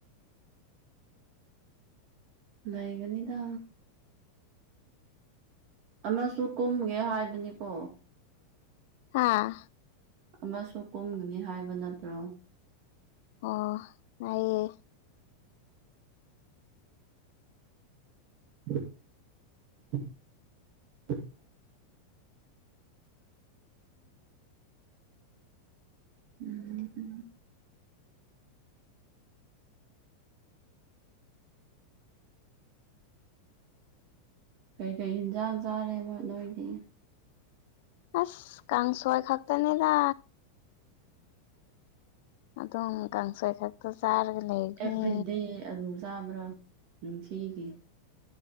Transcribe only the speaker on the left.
ꯍꯥꯥ
ꯑꯣ ꯍꯥꯏꯌꯦ
ꯑꯁ ꯀꯥꯡꯁꯣꯏ ꯈꯛꯇꯅꯦꯗ ꯑꯗꯨꯝ ꯀꯥꯡꯁꯣꯏ ꯈꯛꯇ ꯆꯥꯔꯒ ꯂꯩꯔꯤꯅꯤ